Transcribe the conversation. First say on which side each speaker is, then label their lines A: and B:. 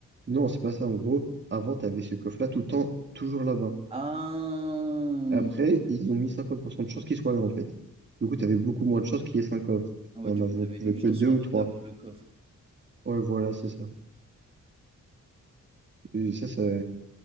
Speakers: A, on the right; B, on the right.
A: Non, c'est pas ça. En gros, avant, tu avais ce coffre-là tout le temps, toujours là-bas.
B: Ah,
A: Après, ils ont mis 50% de chances qu'il soit là, en fait. Du coup, tu avais beaucoup moins de chances qu'il y ait 5 coffres.
B: ah ouais,
A: Enfin,
B: du
A: On avait
B: coup, t'avais
A: trouvé
B: une
A: que
B: chance
A: deux
B: sur
A: ou
B: deux
A: trois.
B: d'avoir le coffre.
A: Ouais, voilà, c'est ça. Et ça, ça,